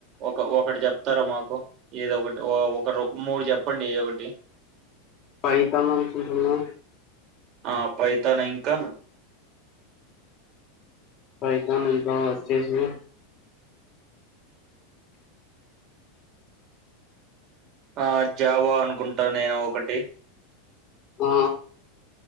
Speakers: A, on the right (about 40°); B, on the left (about 35°).
A: ఒక ఒకటి చెప్తారా మాకు ఏద ఒకటి ఒకరు మూడు చెప్పండి ఏ ఒకటి
B: పైతాను అతుంటున్నా
A: ఆ ప అయితాను ఇంకా
B: పైతను ఇంకా వచ్చేసి
A: ఆ జావా అనుకుంటా నేను ఒకటి
B: ఆ